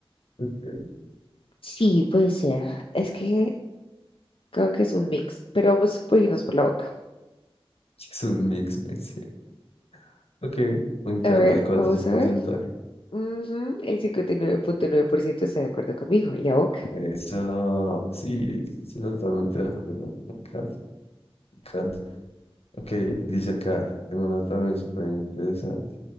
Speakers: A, on the left (about 80°); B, on the left (about 60°).
A: Ok.
B: sí, puede ser. Es que creo que es un mix, pero vamos a irnos por la boca.
A: Es un mix, mix dice. Ok, me encanta.
B: A ver,
A: ¿Y cuánto
B: vamos
A: es el porcentaje?
B: a ver. Ujú, el cincuenta y nueve punto nueve por ciento está de acuerdo conmigo, y la boca.
A: Eso, sí, sí, totalmente de acuerdo. Me encanta, me encanta. Ok, dice acá, tengo una también súper interesante.